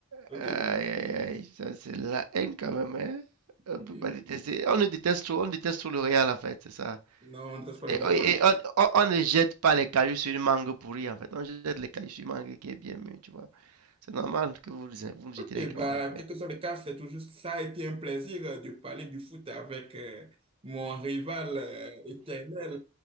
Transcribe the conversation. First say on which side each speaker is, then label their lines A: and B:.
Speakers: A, on the right; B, on the right.
A: OK?
B: Aïe, aïe, aïe, ça c'est la haine quand même, hein. On
A: Oui.
B: peut pas détester. On le déteste trop, on déteste trop le Real, en fait, c'est ça.
A: Non, on ne reste pas le
B: Et,
A: gain.
B: et- on, on- on ne jette pas les cailloux sur une mangue pourrie, en fait. On jette les cailloux sur une mangue qui est bien mûre, tu vois. C'est normal que vous, vous jetez
A: Et
B: les, cailloux.
A: bah, quel que soit le cas, c'est toujours, ça a été un plaisir euh, de parler du foot avec euh, mon rival euh, éternel.